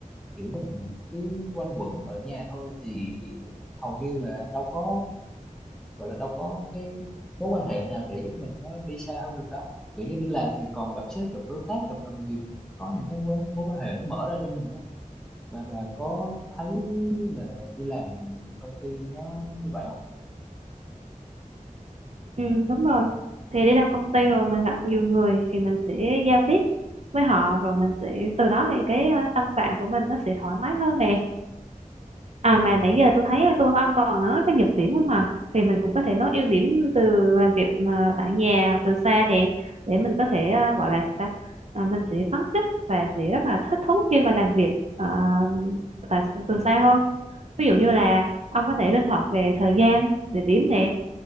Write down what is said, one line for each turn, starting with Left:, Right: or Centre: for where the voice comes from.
Centre: kiểu mình cứ quanh quẩn ở nhà thôi thì hầu như là đâu có gọi là đâu có cái mối quan hệ nào để giúp mình nó đi xa hơn được đâu kiểu như đi làm thì còn gặp sếp gặp đối tác gặp đồng nghiệp có những cái mối, mối quan hệ nó mở ra cho mình đó bà bà có thấy là đi làm công ty nó nó như vậy không
Right: Ừ đúng rồi thì đi làm công ty rồi mình gặp nhiều người thì mình sẽ giao tiếp với họ rồi mình sẽ từ đó thì cái à, tâm trạng của mình nó sẽ thoải mái hơn nè À mà nãy giờ tôi thấy tôi với ông toàn nói cái nhược điểm không à thì mình cũng có thể nói ưu điểm từ làm việc mà tại nhà từ xa nè để mình có thể à, gọi là sao ta? à, mình sẽ phấn khích và sẽ rất là thích thú khi mà làm việc ờ, tại từ xa hơn ví dụ như là ông có thể linh hoạt về thời gian địa điểm nè